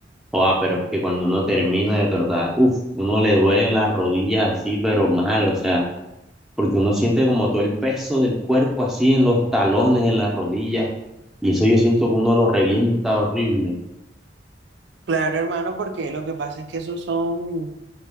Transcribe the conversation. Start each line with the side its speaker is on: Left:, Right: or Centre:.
Centre: Joa, pero es que cuando uno termina de trotar, uff, uno le duelen las rodillas así, pero mal, o sea, porque uno siente como todo el peso del cuerpo así en los talones, en las rodillas, y eso yo siento que uno lo revienta horrible.
Right: Claro, hermano, porque lo que pasa es que esos son